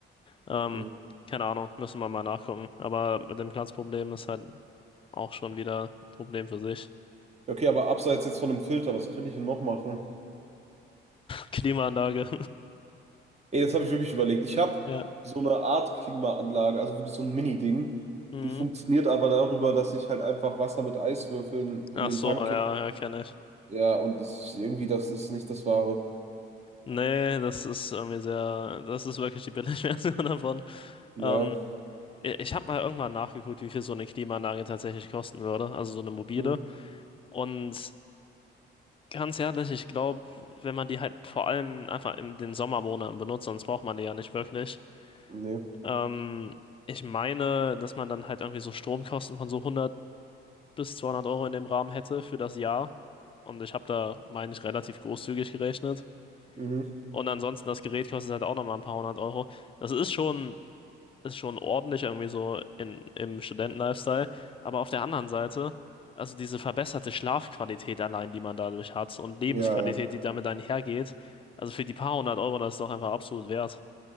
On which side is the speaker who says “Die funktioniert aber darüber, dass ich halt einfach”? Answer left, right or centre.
Right